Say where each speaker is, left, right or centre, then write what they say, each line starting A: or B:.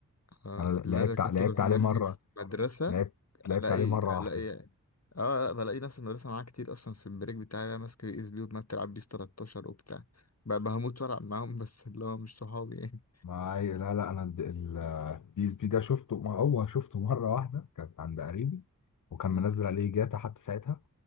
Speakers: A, on the left (about 50°); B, on the left (about 70°).
A: اه
B: انا لعبت
A: اللي انا كنت
B: ع- لعبت
A: بملي
B: عليه مره
A: في مدرسة
B: لعبت لعبت
A: الاقي
B: عليه مره
A: الاقي
B: واحده
A: اه بلاقي ناس المدرسة معاها كتير اصلا في البريك بتاعي انا ماسك الاس بي وما بتلعب بيس 13 وبتاع بقى بهموت والعب معاهم بس اللي هو مش صحابي يعني
B: ما هي- لا لا انا البي اس بي ده شفته ما هو شفته مره واحده كانت عند قريبي وكان
A: آه.
B: منزل عليه جاتا حتى ساعتها